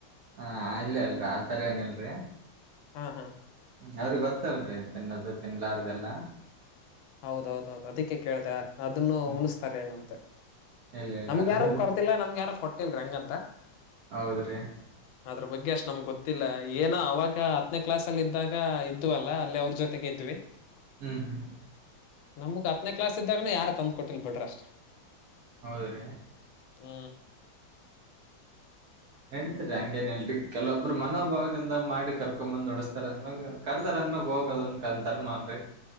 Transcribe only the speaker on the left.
ಹಾ ಹಾ
ಹೌದೌದೌದು ಅದಕ್ಕೆ ಕೇಳ್ದ, ಅದನ್ನು
ಉಣಿಸಸ್ತಾರೆ ಏನಂತ.
ನಮ್ಗೆ ಯಾರು
ಕೊಡ್ರ್ತಿಲ್ಲಾ ನಮ್ಗೆ ಯಾರು ಕೊಟ್ಟಿಲ್ರಿ ಹಂಗಂತ. ತ್ತ
ಅದ್ರ ಬಗ್ಗೆ ಅಷ್ಟ್ ನಮ್ಗ್ ಗೊತ್ತಿಲ್ಲ ಏನೋ ಅವಾಗ ಹತ್ತನೇ ಕ್ಲಾಸ್ ಅಲ್ಲಿ ಇದ್ದಾಗ ಇದ್ದು ಅಲ್ಲ ಅಲ್ಲಿ ಅವ್ರ ಜೊತೆಗೆ ಇದ್ವಿ.
ನಮ್ಗ್ ಹತ್ತನೇ ಕ್ಲಾಸ್ ಇದ್ದಾಗನ ಯಾರ ತಂದ್ ಕೊಟ್ಟಿಲ್ ಬಿಡ್ರಿ ಅಷ್ಟ.
ಹ್ಮ